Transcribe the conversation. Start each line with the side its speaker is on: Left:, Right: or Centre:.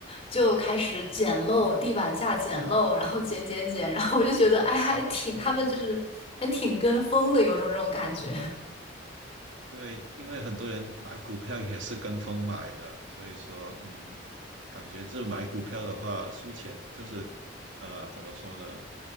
Left: 就开始捡漏，地板价捡漏，然后捡捡捡，然后我就觉得，哎，还挺，他们就是还挺跟风的，有种这种感觉。
Right: 对，因为很多人买股票也是跟风买的，所以说，嗯，感觉这买股票的话，输钱就是，呃，怎么说呢？